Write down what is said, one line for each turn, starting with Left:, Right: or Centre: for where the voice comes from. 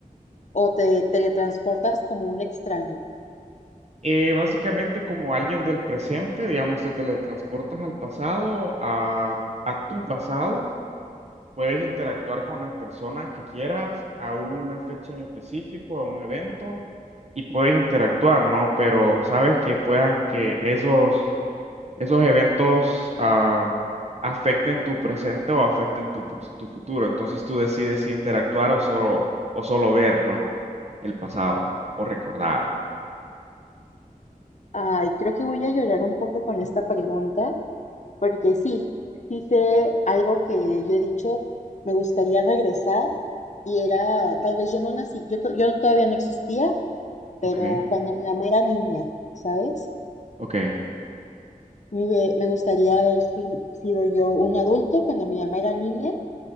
Left: o te teletransportas como un extraño?
Right: Eh, básicamente como alguien del presente, digamos, te teletransportas al pasado, a, a tu pasado, puedes interactuar con las personas que quieras a una fecha en específico, a un evento, y puedes interactuar, ¿no? Pero sabes que puedan que esos esos eventos am, afecten tu presente o afecten tu, pros- tu futuro. Entonces tú decides si interactuar o solo, o solo ver, ¿no? El pasado o recordar.
Left: Ay, creo que voy a llorar un poco con esta pregunta, porque sí, hice algo que yo he dicho, me gustaría regresar y era, tal vez yo no nací, yo, to- yo todavía no existía, pero
Right: Ok,
Left: cuando mi mamá era niña, ¿sabes?
Right: ok,
Left: Me, me gustaría haber si- sido yo un adulto cuando mi mamá era niña